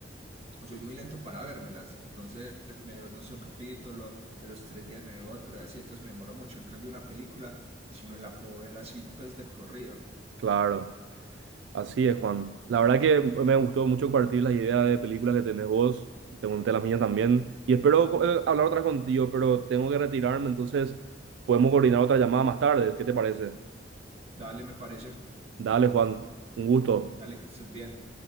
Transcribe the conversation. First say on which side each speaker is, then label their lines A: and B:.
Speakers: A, on the right; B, on the right.
A: soy muy lento para vérmelas. Entonces me veo, no sé, un capítulo, a los tres días me veo otro, y así, entonces me demoro mucho. En cambio, una película, si me la puedo ver así, pues de corrido.
B: Claro. Así es, Juan. La verdad que me gustó mucho compartir las ideas de películas que tenés vos. Te conté las mías también. Y espero eh, hablar otra contigo, pero tengo que retirarme, entonces podemos coordinar otra llamada más tarde. ¿Qué te parece?
A: Dale, me parece.
B: Dale, Juan. Un gusto.
A: Dale, que estés bien.